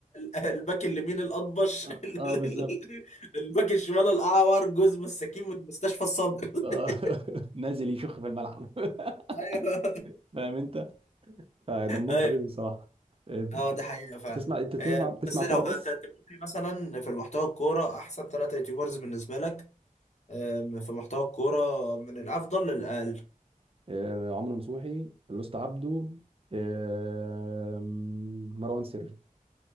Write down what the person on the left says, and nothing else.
آه، الباك اليمين الأطبش
<laughs>
الباك الشمال الأعور جوز مساكين من مستشفى الصدر <laughs>
ايوه
ايوه
اه ده حقيقة فعلا
آه،
بس
لو هترتب
لي مثلا في المحتوى الكورة أحسن ثلاثة يوتيوبرز بالنسبة لك آم، في محتوى الكورة من الأفضل للأقل